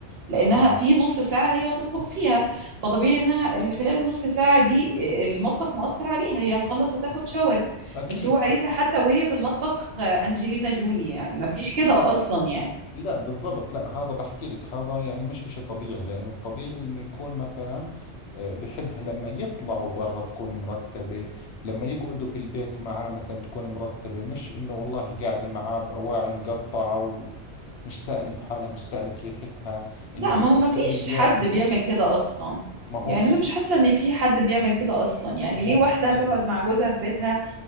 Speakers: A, on the right (about 60°); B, on the left (about 70°).
A: لانها
B: آه.
A: في نص ساعه هي هتطبخ فيها فطبيعي انها ال- خلال النص ساعه دي المطبخ مؤثر عليها هي هتخلص هتاخد شاور
B: أكيد
A: بس هو عايزها حتى وهي في المطبخ آه، أنجلينا جولي يعني ما فيش
B: لا
A: كده أصلا يعني
B: لا بالضبط لا هذا بحكي لك هذا يعني مش إشي طبيعي لأنه الطبيعي إنه يكون مثلا آه، بحبها لما يطلعوا برا تكون مرتبة لما يقعدوا في البيت معاه مثلا تكون مرتبة مش إنه والله قاعدة معاه بأواعي مقطعة ومش سالف حالها مش سالف ريحتها
A: لا
B: إنه تقعد
A: ما هو ما فيش
B: طول اليوم
A: حد بيعمل كده أصلا
B: ما
A: يعني
B: هو في
A: أنا مش حاسة إن في حد بيعمل كده أصلا يعني
B: ما
A: ليه
B: هو
A: واحدة
B: أحكي
A: هتقعد
B: لك
A: مع جوزها في بيتها